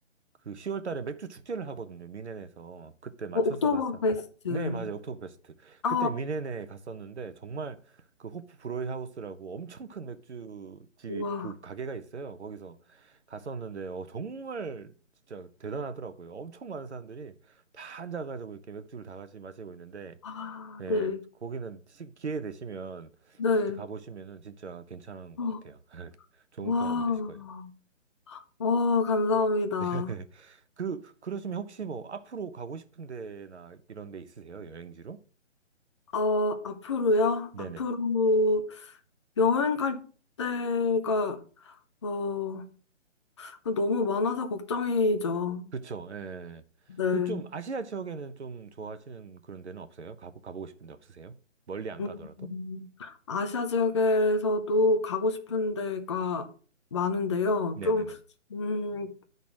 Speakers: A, on the right; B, on the left.
A: 그 10월 달에 맥주 축제를 하거든요. 미넨에서 그때 맞춰서
B: 어, 옥토버페스트.
A: 갔어. 네, 맞아요. 옥토버페스트.
B: 아,
A: 그때 미넨에 갔었는데 정말 그 호프 브로이 하우스라고 엄청 큰 맥주집
B: 와,
A: 그 가게가 있어요. 거기서 갔었는데 어 정말 진짜 대단하더라고요. 엄청 많은 사람들이 다 앉아가지고 이렇게 맥주를 다 같이 마시고 있는데
B: 아,
A: 예,
B: 네,
A: 거기는 시- 기회 되시면
B: 네,
A: 진짜 가보시면은 진짜 괜찮은
B: 어,
A: 것 같아요. 좋은
B: 와,
A: 경험이 되실 거예요.
B: 와, 감사합니다.
A: <laughs> 그, 그러시면 혹시 뭐 앞으로 가고 싶은 데나 이런 데 있으세요? 여행지로?
B: 어, 앞으로요?
A: 네네네.
B: 앞으로 여행 갈 때가, 어, 너무 많아서 걱정이죠.
A: 그쵸, 예.
B: 네.
A: 그 좀 아시아 지역에는 좀 좋아하시는 그런 데는 없어요? 가보, 가보고 싶은 데 없으세요? 멀리 안
B: 음,
A: 가더라도?
B: 아시아 지역에서도 가고 싶은 데가 많은데요.
A: 네네네.
B: 좀, 음,